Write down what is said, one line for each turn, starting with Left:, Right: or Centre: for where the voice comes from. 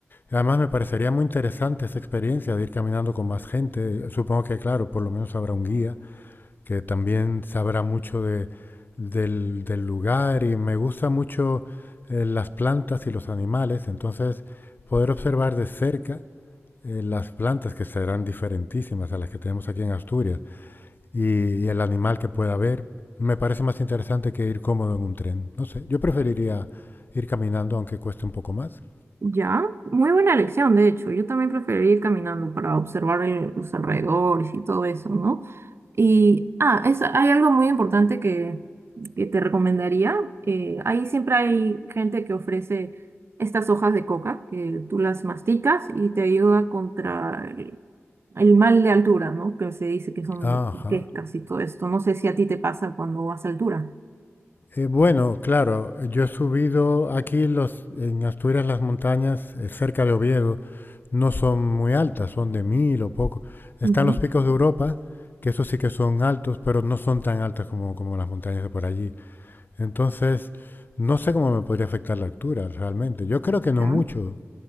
Left: además me parecería muy interesante esa experiencia de ir caminando con más gente. Supongo que, claro, por lo menos habrá un guía que también sabrá mucho de, del, del lugar y me gusta mucho eh, las plantas y los animales, entonces poder observar de cerca eh, las plantas que serán diferentísimas a las que tenemos aquí en Asturias y, y el animal que pueda haber, me parece más interesante que ir cómodo en un tren. No sé, yo preferiría ir caminando aunque cueste un poco más.
Right: Ya, muy buena elección, de hecho. Yo también preferiría ir caminando para observar el- los alrededores y todo eso, ¿no? Y, ah, es, hay algo muy importante que, que te recomendaría. eh, ahí siempre hay gente que ofrece estas hojas de coca, que tú las masticas y te ayuda contra el, el mal de altura, ¿no? Que se dice que son
Left: Ajá.
Right: quecas y todo esto. No sé si a ti te pasa cuando vas a altura.
Left: Eh, bueno, claro, yo he subido aquí los, en Asturias las montañas eh, cerca de Oviedo no son muy altas, son de mil o poco. Están
Right: Ujú,
Left: los picos de Europa, que esos sí que son altos, pero no son tan altas como, como las montañas de por allí. Entonces, no sé cómo me podría afectar la altura realmente. Yo creo que no
Right: Ya.
Left: mucho.